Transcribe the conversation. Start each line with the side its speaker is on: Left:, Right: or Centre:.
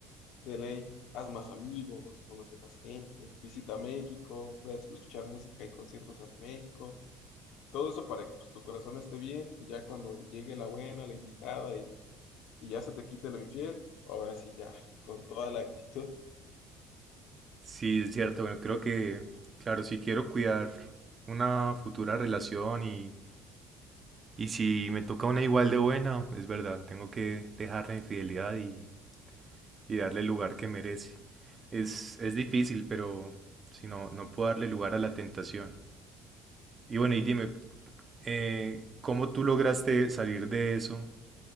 Left: de ley. Haz más amigos, conoce más gente, visita México, ve a escuchar música y conciertos a México. Todo eso para que pues, tu corazón esté bien y ya cuando llegue la buena, la indicada y, y ya se te quite lo infiel, ahora sí ya, con toda la actitud
Right: Sí, es cierto. Bueno, creo que, claro, si quiero cuidar una futura relación y, y si me toca una igual de buena, es verdad, tengo que dejar la infidelidad y, y darle el lugar que merece. Es, es difícil, pero si no, no puedo darle lugar a la tentación. Y bueno, y dime, eh, ¿cómo tú lograste salir de eso